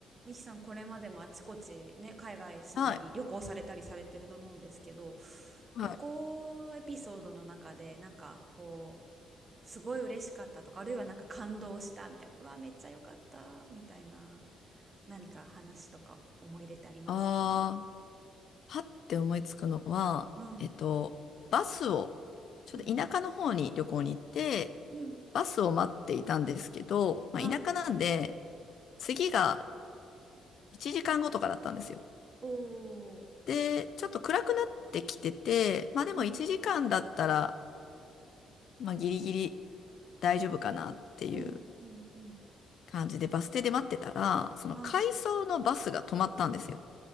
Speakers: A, on the right; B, on the left.
A: ミキさん、これまでもあちこちね、海外住んだり、
B: はい。
A: 旅行されたりされてると思うんですけど、
B: はい。
A: 旅行エピソードの中で、なんかこう、すごい嬉しかったとか、あるいはなんか感動したみたいな、うわ、めっちゃ良かった、みたいな、何か話とか思い入れってありますか
B: ああ、はって思いつくのは、
A: うん。
B: えっと、バスを、ちょっと田舎の方に旅行に行って、
A: うんうん。うん。
B: バスを待っていたんですけど、まあ、
A: はい。
B: 田舎なんで、次が1時間後とかだったんですよ。
A: おー。
B: で、ちょっと暗くなってきてて、まあでも1時間だったら、
A: うん。
B: まあギリギリ大丈夫かなっていう
A: うんうんうん。
B: 感じでバス停で待ってたら、その回送のバスが止まったんですよ。
A: はい。